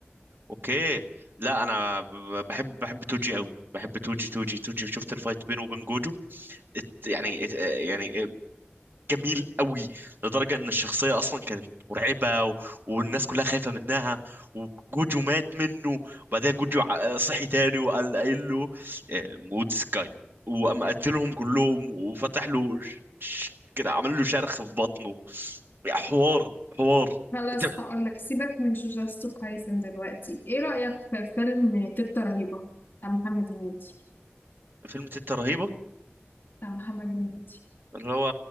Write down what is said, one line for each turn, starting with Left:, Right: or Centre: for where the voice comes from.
Right: اوكي لا انا ب- بحب بحب توجي قوي بحب توجي توجي توجي شفت الفايت بينه وبين جوجو ات- يعني ات- يعني جميل قوي لدرجة ان الشخصية اصلا كانت مرعبة و... والناس كلها خايفة منها وجوجو مات منه وبعدها جوجو ع- صحي تاني وقال قايل له آه، موت سكاي وقام قتلهم كلهم وفتح له ش... ش... كده عمل له شرخ في بطنه حوار حوار
Left: خلاص
Right: انت
Left: هقولك سيبك من جوجوتسو كايسن دلوقتي ايه رأيك في فيلم تيتا رهيبة بتاع محمد هنيدي
Right: فيلم تيتا رهيبة
Left: بتاع محمد هنيدي
Right: اللي هو